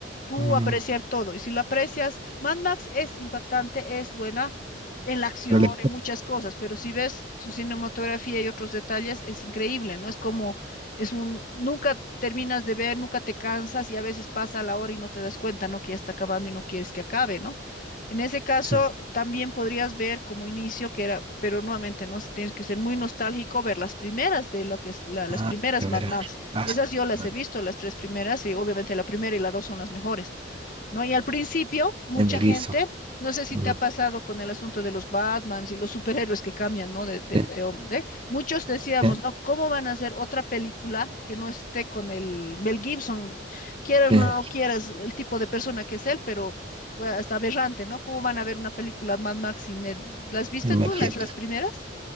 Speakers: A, on the left; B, on the right.
A: tú
B: mm.
A: apreciar todo. Y si lo aprecias, Mad Max es impactante, es buena, en la acción,
B: Pero la
A: en muchas cosas, pero si ves su cinematografía y otros detalles, es increíble, ¿no? Es como, es un, nunca terminas de ver, nunca te cansas y a veces pasa la hora y no te das cuenta, ¿no? Que ya está acabando y no quieres que acabe, ¿no? En ese caso,
B: sí.
A: también podrías ver como inicio que era, pero nuevamente, ¿no? Si Tienes que ser muy nostálgico, ver las primeras de lo que es, la- las
B: Ah,
A: primeras
B: la primera.
A: Mad Max.
B: Ah,
A: Esas
B: sí,
A: yo las
B: ah,
A: he visto, las tres primeras, y obviamente la primera y la dos son las mejores. ¿no? Y al principio, mucha
B: de Melissa.
A: gente, no sé si
B: Mm,
A: te ha pasado con el asunto de los Batmans y los superhéroes que cambian, ¿no? De, de,
B: Sí,
A: de, hom- de- muchos decíamos,
B: sí,
A: ¿no? ¿Cómo van a hacer otra película que no esté con el Mel Gibson? Quieras
B: sí,
A: o no quieras, el tipo de persona que es él, pero fue hasta aberrante, ¿no? ¿Cómo van a ver una película Mad Max sin él? ¿Las viste
B: sí, me
A: tú,
B: dijiste.
A: las, las primeras?